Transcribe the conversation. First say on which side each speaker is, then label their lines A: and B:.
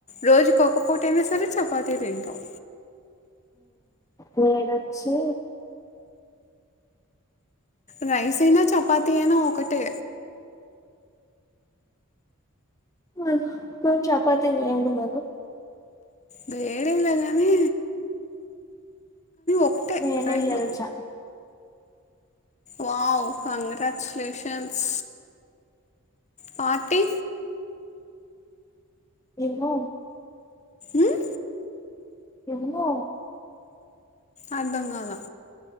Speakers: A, on the left; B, on the left.
A: రోజుకోక్క పూట అయినా సరే చపాతీ తింటాం
B: నేనచ్చి
A: రైస్ అయినా చపాతి అయినా ఒకటే
B: అ కని చపాతిని నేడు కదు
A: వేడేలే గానీ ఒకటే
B: నేనే
A: రెండు
B: గెలిచా
A: వావ్ కంగ్రాచులేషన్స్ పార్టీ
B: ఏమో
A: ఉమ్?
B: ఎమ్మో
A: అర్ధం కాదా